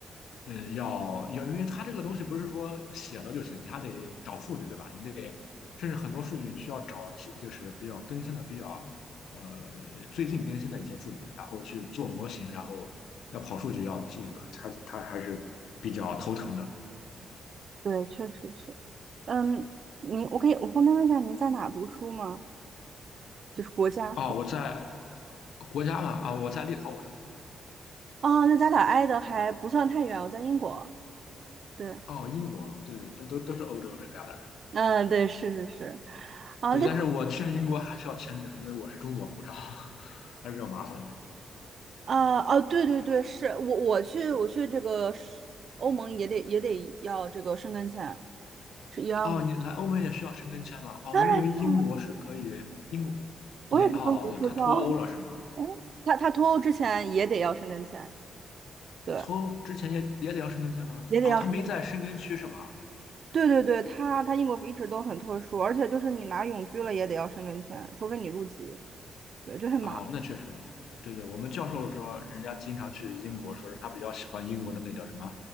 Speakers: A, on the left (about 85°); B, on the right (about 45°).
A: 嗯，要要，因为他这个东西不是说写了就行，你还得找数据，对吧？你得甚至很多数据你需要找，就是比较更新的、比较呃最近更新的一些数据，然后去做模型，然后要跑数据要做，他他还是比较头疼的。
B: 对，确实是。嗯，您，我可以，我方便问一下您在哪读书吗？就是国家。
A: 哦，我在国家嘛，啊、我在立陶宛，
B: 啊，那咱俩挨的还不算太远，我在英国。对。
A: 哦，英国，对对，那都都是欧洲这旮瘩。
B: 嗯，对，是是是，啊，
A: 对，
B: 那
A: 但是我去英国还需要签证，因为我是中国护照，还是比较麻烦的。
B: 啊哦，对对对，是我我去我去这个是欧盟也得也得要这个申根签，是一样的。
A: 哦，你来欧盟也需要申根签吗？哦，
B: 当然是了，
A: 我以为英国是可以，英国
B: 我也是中国护照。
A: 也哦，对，他脱欧了是吗？
B: <laughs> 他他脱欧之前也得要申根签，对，
A: 脱欧之前也也得要申根签吗？
B: 也得要申根签。
A: 哦，他没在申根区是吗？
B: 对对对，他他英国一直都很特殊，而且就是你拿永居了也得要申根签，除非你入籍，对，就很麻烦。
A: 哦，那确实，对对，我们教授说，人家经常去英国，说是他比较喜欢英国的那叫什么